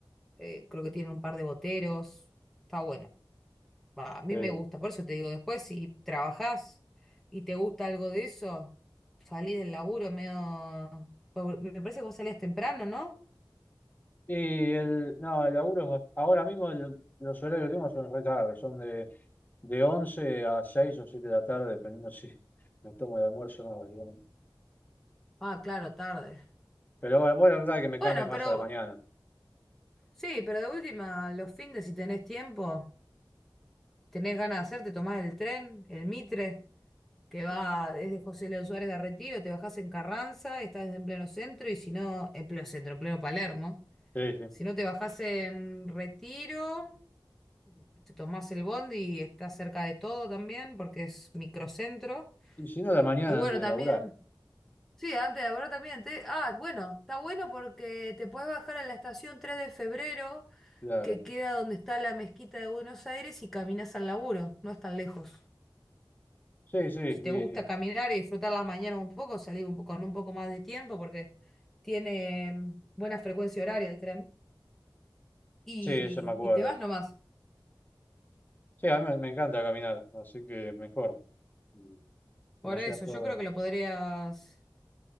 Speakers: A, in the centre; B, on the left.
A: eh, creo que tiene un par de boteros, está bueno, Va, a mí
B: sí.
A: me gusta, por eso te digo, después si trabajás y te gusta algo de eso, salí del laburo medio, me parece que vos salías temprano, ¿no?
B: Y el, no, el laburo, es bast- ahora mismo el- los horarios que tengo son re tarde, son de, de 11 a 6 o 7 de la tarde, dependiendo <laughs> si me tomo el almuerzo o no. digamos.
A: Ah, claro, tarde.
B: Pero bueno, bueno, la verdad que me
A: Bueno,
B: cambie más
A: pero
B: a la mañana.
A: sí, pero de última, los fines si tenés tiempo. tenés ganas de hacer, te tomás el tren, el Mitre, que va desde José Leo Suárez a Retiro, te bajás en Carranza, estás en pleno centro, y si no, en pleno centro, en pleno Palermo.
B: Sí, sí.
A: Si no te bajás en Retiro, te tomás el bondi y estás cerca de todo también, porque es microcentro.
B: Y si no, la mañana
A: Y bueno,
B: antes de
A: también,
B: laburar,
A: sí, antes de ahora también, te- ah, bueno, está bueno porque te puedes bajar en la estación tres de febrero,
B: claro.
A: que queda donde está la mezquita de Buenos Aires, y caminas al laburo, no es tan lejos.
B: Sí, sí,
A: Si te
B: y-
A: gusta caminar y disfrutar las mañanas un poco, salí un poco, con un poco más de tiempo porque tiene mm, buena frecuencia horaria el tren. Y,
B: sí, eso me acuerdo.
A: y te vas nomás.
B: Sí, a mí me, me encanta caminar, así que mejor y
A: Por
B: que no
A: eso,
B: sea todo.
A: yo creo que lo podrías